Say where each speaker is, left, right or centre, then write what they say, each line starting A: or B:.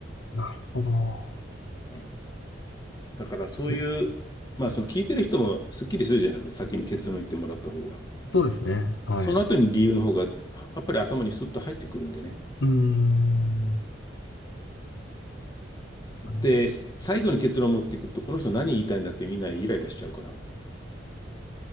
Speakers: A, on the left; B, on the left.
A: なるほど。
B: はいだからそういう、
A: え
B: まあその聞いてる人もすっきりするじゃないですか、先に結論言ってもらった方が。
A: そうですね。はい。
B: その後に理由の方がやっぱり頭にスッと入ってくるんでね。
A: うーん。あの、
B: で、最後に結論を持ってくると、この人何言いたいんだってみんなイライラしちゃうから。